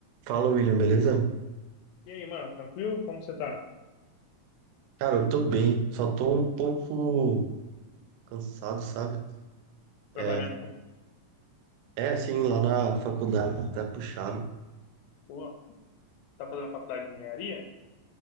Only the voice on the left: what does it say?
E aí, mano, tranquilo? Como que você tá
trabalhando muito?
Pô, tá fazendo faculdade de engenharia?